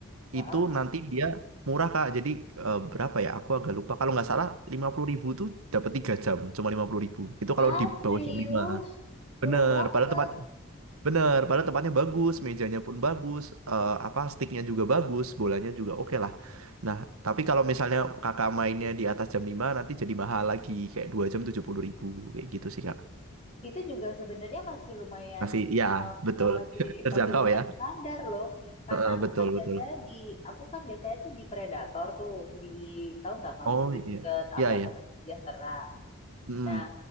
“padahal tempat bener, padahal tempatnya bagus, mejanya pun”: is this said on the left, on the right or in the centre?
Right